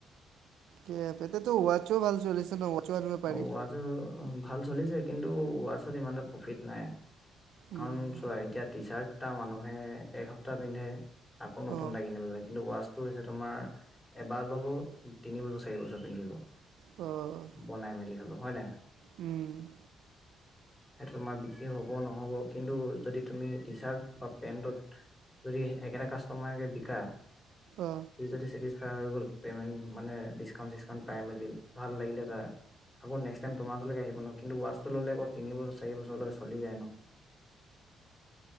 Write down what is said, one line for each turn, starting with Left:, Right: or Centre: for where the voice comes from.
Right: কেপ এতিয়া তো ৱাতচো ভাল ছলিছে ন ৱাটছো আনিব পাৰি
Left: ঔ ওৱাছ <unintelligible> ওম ভাল চলিছে কিন্তু ৱাটছত ইমান এটা প্ৰফিট নাই।
Right: উম,
Left: কাৱণ চোৱা এতিয়া টি-চাৰ্ট টা মানুহে এক সপ্তাহ পিন্ধে আকৌ নতুন
Right: অ
Left: এটা কিনিব লে কিন্তু ওৱাছ হৈছে তোমাৰ এবাৰ ল'ব তিনি বজৰ চাৰি বছৰ পিন্ধিব।
Right: অ <unintelligible>
Left: বনাই মেলি হলো হয় নাই।
Right: উম <unintelligible>
Left: সেইটো তোমাৰ বিক্ৰী হব নহব কিন্তু যদি তুমি টি চাৰ্ট বা পেণ্টত যদি একেটা কাষ্টমাৰকে বিকা।
Right: অ
Left: জদি চেটি হৈ গল পেমেণ্ট মানে দিচকাউণ্ট চিচউন্ট পাই মেলি ভাল লাগিলে এটা। আকৌ তোমাৰ ওচলৈকে আহিব ন কিন্তু ৱাছটো ল'লে আকৌ তিন বছৰ চাৰি বছৰলৈকে চলি যায় ন,,